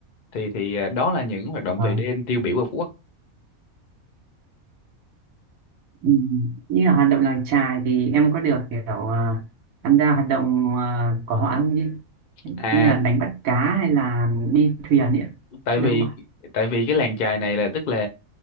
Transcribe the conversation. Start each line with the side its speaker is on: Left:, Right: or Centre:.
Left: thì thì ờ, đó là những hoạt động
Right: Vâng.
Left: về đêm tiêu biểu ở Phú Quốc
Right: ừm, như là hoạt động làng chài thì em có được kiểu à, tham gia hoạt động à, của họ không như,
Left: à
Right: như là đánh bắt cá hay là đi thuyền ấy, ạ?
Left: tại
Right: được
Left: vì
Right: không ạ?
Left: tại vì cái làng chài này là tức là